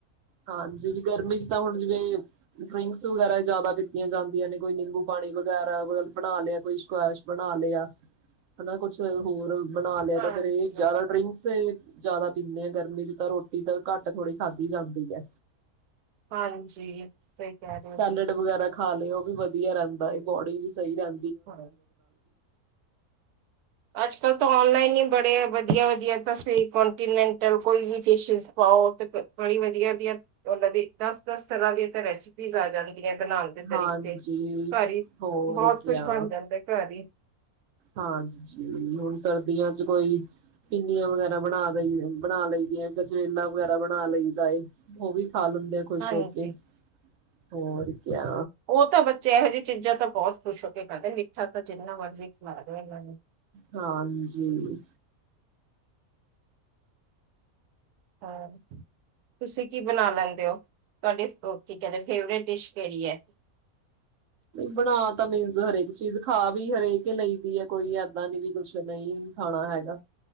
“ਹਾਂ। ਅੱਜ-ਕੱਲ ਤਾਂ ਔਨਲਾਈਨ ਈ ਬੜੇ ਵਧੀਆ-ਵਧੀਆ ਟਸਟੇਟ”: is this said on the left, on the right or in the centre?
Right